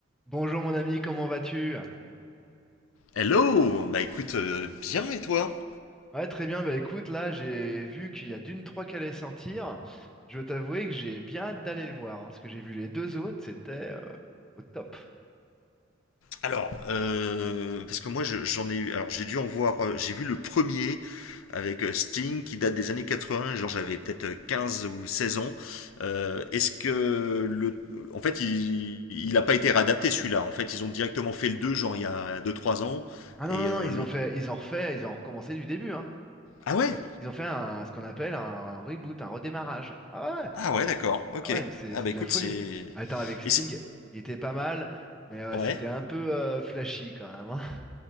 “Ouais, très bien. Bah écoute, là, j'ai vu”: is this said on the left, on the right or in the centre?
Centre